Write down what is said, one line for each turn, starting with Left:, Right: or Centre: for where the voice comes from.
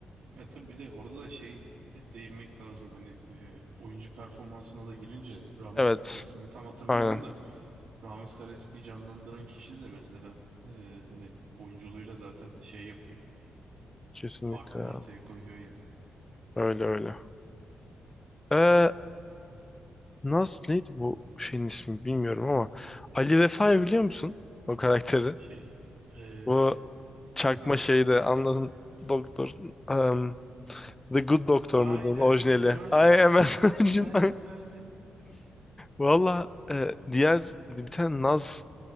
Right: Ya tabii bir de orada da şey de- değinmek lazım hani e, oyuncu performansına da girince Ramiz
Left: Evet.
Right: ismini tam hatırlamıyorum
Left: Aynen.
Right: da Ramiz Kareski'yi canlandıran kişi de mesela e, hani oyunculuğuyla zaten şey yapıyor.
Left: Kesinlikle
Right: Farkını
Left: ya.
Right: ortaya koyuyor yani.
Left: Öyle öyle. Ee, nasıl <sighs> neydi bu şeyin ismi bilmiyorum ama Ali Vefa'yı biliyor musun? O karakteri.
Right: Şey. eee,
Left: Bu çakma
Right: <laughs>
Left: şeyde anladın doktor em, The Good Doctor
Right: I
Left: muydu onun
Right: am
Left: orijinali?
Right: a surgeon.
Left: Ay hemen
Right: I'm
Left: <laughs> önceden.
Right: as a surgeon.
Left: Valla e, diğer bir tane Naz